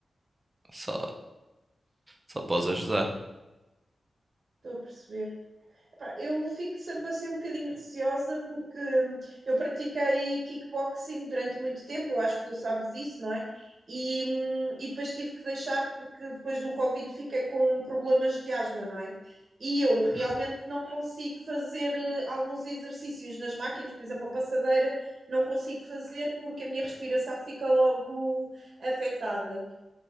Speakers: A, on the right; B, on the right.
A: só, só posso ajudar.
B: Estou a perceber. Epá, Eu fico sempre assim um bocadinho receosa porque hum, eu pratiquei kickboxing durante muito tempo, eu acho que tu sabes isso, não é? E, hum, e depois tive que deixar porque depois do Covid fiquei com problemas de asma, não é? E eu realmente
A: Hum.
B: não consigo fazer eh, alguns exercícios nas máquinas, por exemplo, a passadeira, não consigo fazer porque a minha respiração fica logo afetada.